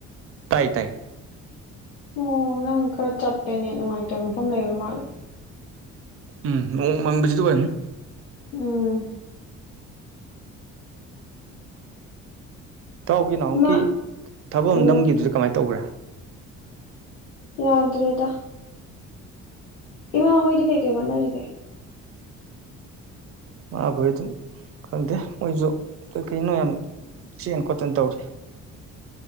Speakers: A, on the right; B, on the left.
A: ꯇꯥꯏ ꯇꯥꯏ
B: ꯑꯣ ꯅꯪ ꯈꯔ ꯆꯞꯄ ꯅꯦꯠ ꯅꯨꯡꯉꯥꯏꯇꯕ ꯃꯐꯝ ꯂꯩꯕ ꯃꯥꯜꯂꯦ
A: ꯎꯝ ꯅꯣꯡ ꯃꯥꯡꯕꯖꯤꯗ ꯑꯥꯏꯔꯝꯅꯤ
B: ꯎꯝ
A: ꯏꯇꯍꯥꯎꯒꯤ ꯅꯅꯥꯍꯨꯛꯀꯤ
B: ꯏꯃꯥ
A: ꯊꯕꯛ ꯑꯃ
B: ꯎꯝ
A: ꯅꯝꯈꯤꯕꯗꯨꯁꯨ ꯀꯃꯥꯏꯅ ꯇꯧꯈ꯭ꯔꯦ
B: ꯌꯥꯗ꯭ꯔꯦꯗ ꯏꯃꯥ ꯍꯣꯏꯗꯤ ꯀꯩ ꯀꯩ ꯍꯣꯠꯅꯔꯤꯒꯦ
A: ꯃꯥꯈꯣꯏ ꯑꯗꯨꯝ ꯈꯪꯗꯦ ꯃꯣꯏꯁꯨ ꯀꯩ ꯀꯔꯤꯅꯣ ꯌꯥꯝ ꯆꯦꯟ ꯈꯣꯠꯇꯅ ꯇꯧꯔꯤ